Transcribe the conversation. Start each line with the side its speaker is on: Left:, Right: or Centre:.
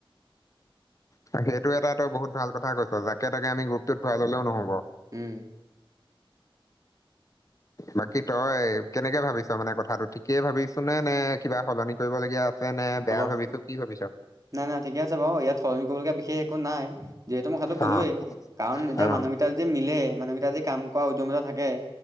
Left: তাকে সেইটো এটা তই বহুত ভাল কথা কৈছ যাকে তাকে আমি গ্ৰুপটোত ভৰাই ল'লেও নহ'ব। <inaudible>
Right: উম
Left: বাকী তই কেনেকে ভাবিছ মানে কথাটো, ঠিকেই ভাবিছ নে, নে কিবা সলনি কৰিবলগীয়া আ নে বেয়া
Right: ফল
Left: ভাবিছোঁ কি ভাবিছ?
Right: নাই, নাই ঠিকে আছে বাৰু। ইয়াত সলনি কৰিবলগীয়া বিশেষ একো নাই। যিহেতু মই কথাটো ক'লোৱেই
Left: অ',
Right: কাৰণ এতিয়া
Left: অ',
Right: মানুহ যদি মিলে মানুহকেইটা যদি কাম কৰা উদ্যমিতা থাকে